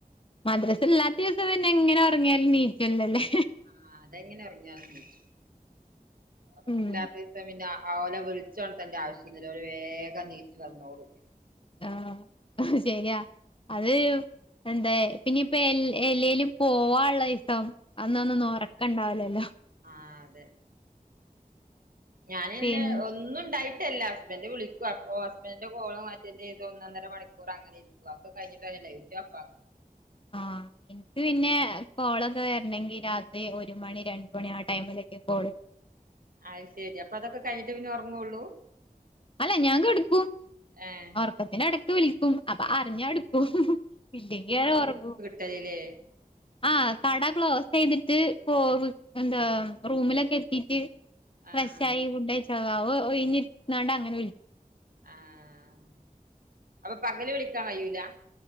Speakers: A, on the left; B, on the right.
A: മദ്രാസ ല്ലാത്ത ദിവസം പിന്നെ എങ്ങനെ ഒറങ്ങിയാലും നീച്ചോല്ല ല്ലേ
B: ആ അതെങ്ങനെ ഒറങ്ങിയാലും നീച്ചും മദ്രസല്ലാത്ത
A: ഉം
B: ദിവസം പിന്നെ ആ അ ഓലെ വിൾച്ചൊൺതണ്ടെ ആവ്ശ്യല്ല ഓല് വേഗം നീച്ച് വന്നോളും
A: ആ ശരിയാ അത് എന്താ പിന്നെയിപ്പ എല് എലേലും പോവാള്ള ദിസം അന്നൊന്നൊന്നും ഒറക്കണ്ടാവുലല്ലോ
B: ആ അതെ ഞാനന്നെ
A: പിന്നെ
B: ഒന്നുണ്ടായി ഇല്ല ഹസ്ബന്റ് വിളിക്കു അപ്പൊ ഹസ്ബന്റെ കോളും അറ്റന്റെയ്ത് ഒന്നൊന്നര മണിക്കൂർ അങ്ങനെ ഇ ര്ക്കും ഒക്കെ കഴ്ഞ്ട്ടാ പിന്നെ ലൈറ്റ് ഓഫാ
A: ആ <unintelligible> ക്ക് പിന്നെ കോളൊക്കെ വെര്നെങ്കി രാത്രി ഒരു മണി രണ്ട് മണി ആ ടൈമിലൊക്കെ കോള് വെരൊള്ളു
B: അയ് ശരി അപ്പ അതൊക്കെ കഴിഞ്ഞിട്ടേ പിന്നെ ഒർങ്ങുള്ളൂ
A: അല്ല ഞാൻ കെട്ക്കും
B: ഏഹ്
A: ഓർക്കത്തിന്റെ എടക്ക് വിളിക്കും അപ്പ അറിഞ്ഞ ഇട്ക്കും ഇല്ലെങ്കി അങ്ങനെ ഒറങ്ങും
B: ട്ടയ് ലേ
A: ആഹ് കട ക്ലോസ് ചെയ്തിട്ട് പോവ് എന്താ റൂമിലൊക്കെ എത്തീറ്റ് ഫ്രഷ്
B: ആഹ്
A: ആയി ഫുഡയിച്ച് അ അവ് ഒഴിഞ്ഞിര്ന്നാണ്ട് അങ്ങനെ വിളി
B: ആഹ് അപ്പ പകല് വിളിക്കാൻ കഴൂല